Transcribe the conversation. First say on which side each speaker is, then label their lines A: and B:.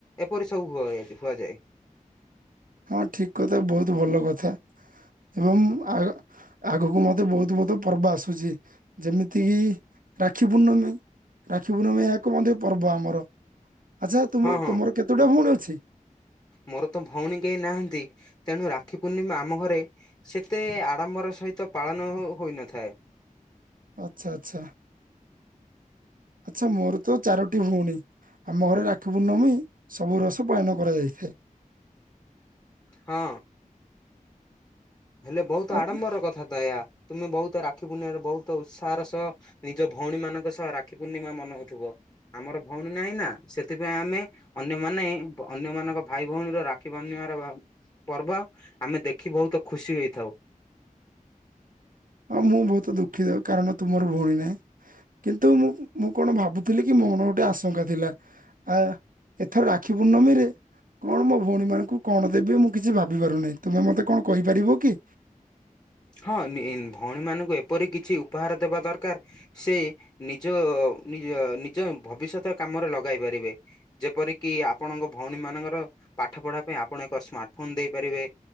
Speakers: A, on the left; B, on the right.
A: ଏପରି ସବୁ ହୁ ହୁହାଯାଏ।
B: ହଁ ଠିକ୍ କଥା ବହୁତ୍ ଭଲ କଥା ଏବଂ ଆ ଆଗକୁ ମଧ୍ୟ ବହୁତୁ ବହୁତୁ ପର୍ବ ଆସୁଚି ଯେମିତିକିି ରାକ୍ଷୀ ପୂର୍ଣ୍ଣମୀ ରାକ୍ଷୀ ପୂର୍ଣମୀ ଏହା ଏକ ମଧ୍ୟ ପର୍ବ ଆମର। ଆଚ୍ଛା ତୁମ
A: ହଁ ହଁ
B: ତୁମର କେତେଟା ଭଉଣୀ ଅଛି?
A: ମୋର ତ ଭଉଣୀ କେଇ ନାହାନ୍ତି ତେଣୁ ରାକ୍ଷୀ ପୂର୍ଣ୍ଣିମା ଆମ ଘରେ ସେତେ ଆଡ଼ମ୍ବର ସହିତ ପାଳନ ହୋଇନଥାଏ।
B: ଆଚ୍ଛା ଆଚ୍ଛା ଆଚ୍ଛା ମୋର ତ ଚାରୋଟି ଭଉଣୀ। ଆମ ଘରେ ରାକ୍ଷୀ ପୂର୍ଣ୍ଣମୀ ସବୁ ରସ ପାଳନ କରାଯାଇଥାଏ।
A: ହଁ। ହେଲେ ବହୁତ
B: ଆଉ
A: ଆଡ଼ମ୍ବର କଥା ତ ଏୟା। ତୁମେ ବହୁତ ରାକ୍ଷୀ ପୂର୍ଣ୍ଣିମାରେ ବହୁତ ଉତ୍ସାହର ସହ ନିଜ ଭଉଣୀ ମାନଙ୍କ ସହ ରାକ୍ଷୀ ପୂର୍ଣ୍ଣିମା ମନାଉଥିବ। ଆମର ଭଉଣୀ ନାହିଁ ନା ସେଥିପାଇଁ ଆମେ ଅନ୍ୟମାନେ ବ ଅନ୍ୟମାନାନଙ୍କ ଭାଇ ଭଉଣୀର ରାକ୍ଷୀ ବାନ୍ଧିବାର ପର୍ବ ଆମେ ଦେଖି ବହୁତ ଖୁସି ହେଇଥାଉ।
B: ହଁ ମୁଁ ବହୁତୁ ଦୁଃଖିତ କାରଣ ତୁମର ଭଉଣୀ ନାହିଁ। କିନ୍ତୁ ମୁଁ ମୁଁ କଣ ଭାବୁଥିଲି କି ମୋ ମନରେ ଗୋଟେ ଆଶଙ୍କା ଥିଲା। ଆ ଏଥର ରାକ୍ଷୀ ପୂର୍ଣ୍ଣମୀରେ କଣ ମୋ ଭଉଣୀମାନଙ୍କୁ କଣ ଦେବେ ମୁଁ କିଛି ଭାବି ପାରୁନାହିଁ ତୁମେ ମତେ କଣ କହିପାରିବ କି?
A: ହଁ ନିଃ ଭଉଣୀମାନଙ୍କୁ ଏପରି କିଛି ଉପହାର ଦେବା ଦରକାର ସେ ନିଜ ନିଜ ନିଜ ଭବିଷ୍ୟତ କାମରେ ଲଗାଇ ପାରିବେ। ଯେପରିକି ଆପଣଙ୍କ ଭଉଣୀମାନଙ୍କର ପାଠ ପଢା ପାଇଁ ଆପଣ ଏକ ସ୍ମାର୍ଟ ଫୋନ୍ ଦେଇପାରିବେ।